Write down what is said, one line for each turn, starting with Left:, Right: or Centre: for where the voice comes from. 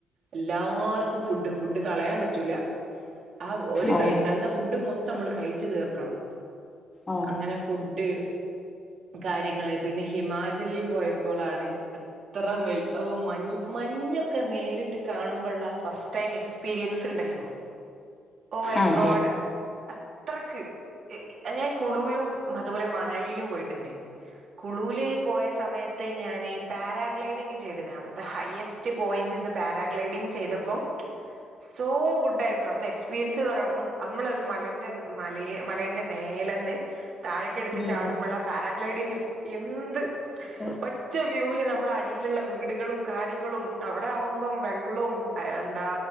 Right: എല്ലാർക്കും ഫുഡ് ഫുഡ് കളയാൻ പറ്റൂല ആഹ് ഒരു
Left: ഓ
Right: കൈ തന്ന ഫുഡ് മൊ ത്തം മ്മൾ കഴിച്ച് തീർക്കണം
Left: ഓ
Right: അങ്ങനെ ഫുഡ്. കാര്യങ്ങള് പിന്നെ ഹിമാജല് പോയപ്പോളാണ് അത്രമേൽ ഒ മഞ് മഞ്ഞൊക്കെ നേരിട്ട് കാണുമ്പള്ള ആ ഫസ്റ്റ് ടൈം എക്സ് പീരിൻസ് ണ്ടല്ലോ ഓ ഐ
Left: അതെ
Right: ഗോഡ് അത്രക്ക് ഹ് ഞാൻ കുളുലും അത്പോലെ മണാലിലും പോയിട്ട്ണ്ട് കുളൂൽ പോയസമയത്ത് ഞാനീ പാരാഗ്ലൈഡിങ് ചെയ്തിന് അവിടുത്തെ ഹയ്യസ് റ്റ് പോയിന്റ്ന്ന് പാരാഗ്ലൈഡിംഗ് ചെയ്തപ്പം സോ ഗുഡായിരുന്നു അവിട്ത്തെ എക്സ്പീരിയൻസ്ന്ന് പറയുമ്ള് അമ്മളൊരു മലന്റെ മലെ മലന്റെ മേലന്ന് താഴ്ക്കടുത്ത്
Left: ഉം
Right: ചാടുമ്പള്ള പാരാഗ്ലൈഡിങ്ങിൽ എന്ത്
Left: <unintelligible>
Right: ഒറ്റവ്യൂല് ന്നമ്മള അടീല്ള്ള വീടുകളും കാര്യങ്ങളും അവടആവുമ്പം വെള്ളും ആ എന്താ